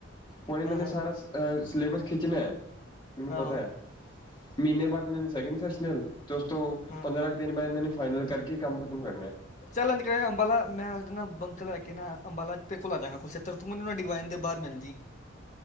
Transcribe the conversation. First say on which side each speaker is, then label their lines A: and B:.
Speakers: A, on the left; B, on the left.
A: ਹੁਣ ਇਹਨਾਂ ਨੇ
B: ਹਾਂ
A: ਸਾਰਾ ਸਿਲੇਬਸ ਖਿੱਚਣਾ ਹੈ। ਮੈਨੂੰ ਪਤਾ
B: ਆਹੋ
A: ਹੈ ਮਹੀਨੇ ਬਾਅਦ ਇਹਨਾਂ ਨੇ ਸੈਕਿੰਡ ਸੈ ਤੇ ਉਸ ਤੋਂ
B: ਹਾਂ
A: ਪੰਦਰਾਂ ਕੁ ਦਿਨ। ਦਿਨ ਬਾਅਦ ਇਹਨਾਂ ਨੇ ਫਾਈਨਲ ਕਰਕੇ ਕੰਮ ਖਤਮ ਕਰਨਾ।
B: ਚੱਲ ਇੰਝ ਕਰ ਅੰਬਾਲਾ ਮੈਂ ਨਾਬੰਕ ਲੈ ਕੇ ਨਾ ਅੰਬਾਲਾ ਤੇਰ ਕੋਲ ਆ ਜਾਾਂਗਾ ਕੁਰਕਸ਼ੇਤਰ। ਤੂੰ ਮੈਨੂੰ ਨਾ ਡਿਵਾਈਨ ਦੇ ਬਾਹਰ ਮਿਲ ਜਾਈ।